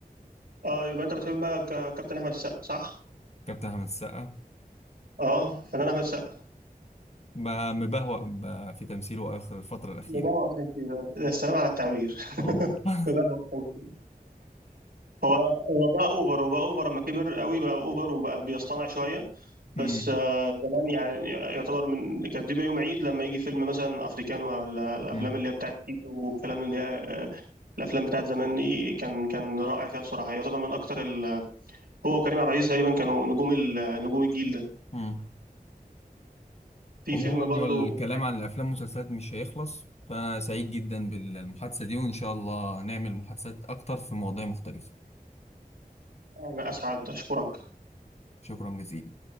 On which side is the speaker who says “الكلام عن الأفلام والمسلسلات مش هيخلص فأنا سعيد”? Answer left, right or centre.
Left